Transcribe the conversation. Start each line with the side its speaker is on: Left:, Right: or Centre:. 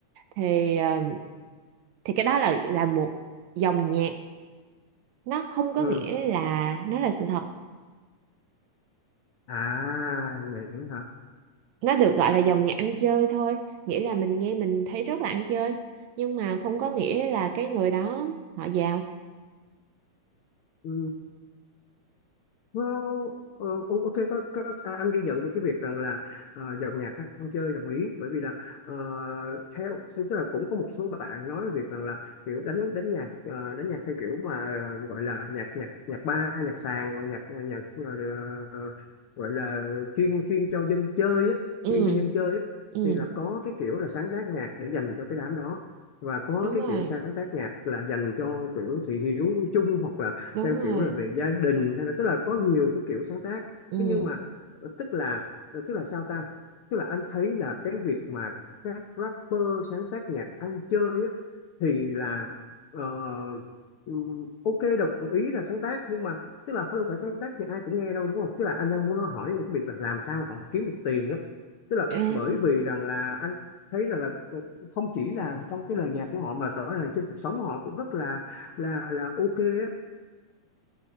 Right: thì ờ, thì cái đó là là một dòng nhạc nó không có
Left: ừ.
Right: nghĩa là nó là sự thật
Left: à vậy hả
Right: nó được gọi là dòng nhạc ăn chơi thôi nghĩa là mình nghe mình thấy rất là ăn chơi nhưng mà không có nghĩa là cái người đó họ giàu
Left: ừ. Well, ờ, o- ok có, có, à, anh ghi nhận về cái việc rằng là ờ, dòng nhạc ăn chơi đồng ý bởi vì là ờ, theo tức là cũng có một số bạn nói về việc rằng là kiểu đánh đánh nhạc ờ, đánh nhạc theo kiểu mà ờ, gọi là nhạc nhạc nhạc ba nhạc sàn hoặc nhạc ờ, nhạc ờ, ờ, gọi là chuyên chuyên cho dân chơi á
Right: ừ
Left: chuyên cho dân chơi á
Right: ừ
Left: thì là có cái kiểu là sáng tác nhạc để dành cho cái đám đó và có
Right: đúng
Left: cái
Right: rồi
Left: kiểu sáng tác nhạc là dành cho kiểu thị hiếu chung hoặc là
Right: đúng
Left: theo
Right: rồi
Left: kiểu là về gia đình hay là tức là có nhiều cái kiểu sáng tác
Right: ừ
Left: thế nhưng mà ờ, tức là ờ, tức là sao ta tức là anh thấy là cái việc mà các rapper sáng tác nhạc ăn chơi á, thì là ờ, ừm, ok đồng ý là sáng tác nhưng mà tức là không phải sáng tác thì ai cũng nghe đâu đúng không tức là anh đang muốn hỏi là cái việc là làm sao họ kiếm được tiền á tức là
Right: à.
Left: bởi vì rằng là anh thấy rằng là ờ, không chỉ là trong cái lời nhạc của họ mà rõ ràng trên cuộc sống họ cũng rất là là là ok á